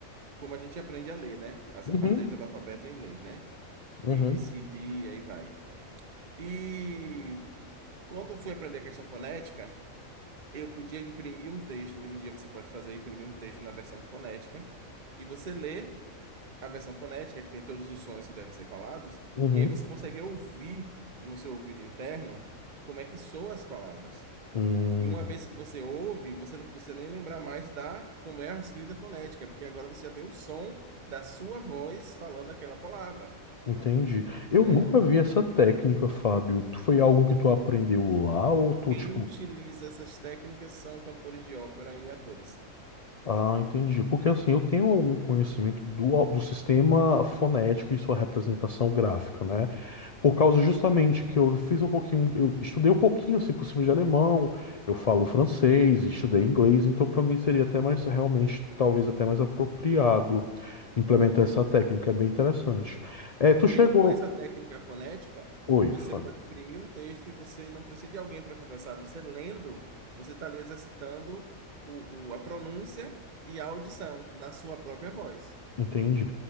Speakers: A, on the right; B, on the left.
A: como a gente aprende a ler, né? As,
B: Uhum,
A: as letras do alfabeto em inglês, né?
B: uhum,
A: A, B, C, D, aí vai. E quando eu fui aprender a questão fonética, eu podia imprimir um texto. Hoje em dia você pode fazer imprimir um texto na versão fonética e você lê a versão fonética que tem todos os sons que devem ser falados
B: uhum.
A: e aí você consegue ouvir no seu ouvido interno como é que soam as palavras.
B: Hum,
A: E uma vez que você ouve, você não precisa nem lembrar mais da como é a escrita fonética, porque agora você já tem o som da sua voz falando aquela palavra,
B: entendi. Eu
A: né?
B: nunca vi essa técnica, Fábio. Tu- Foi algo que tu aprendeu lá ou tu,
A: Quem
B: tipo.
A: utiliza essas técnicas são cantores de ópera e atores.
B: Ah, entendi. Porque assim, eu tenho algum conhecimento do, do sistema fonético e sua representação gráfica, né? Por causa justamente que eu fiz um pouquinho, eu estudei um pouquinho, se possível, de alemão, eu falo
A: Sim.
B: francês, estudei inglês, então para mim seria até mais, realmente, talvez até mais apropriado implementar essa técnica, é bem interessante. É, tu
A: Porque
B: chegou.
A: com essa técnica fonética,
B: Oi,
A: você
B: Fábio.
A: pode imprimir um texto e você não precisa de alguém para conversar. Você lendo, você está ali exercitando o, o- a pronúncia e a audição na sua própria voz.
B: Entendi.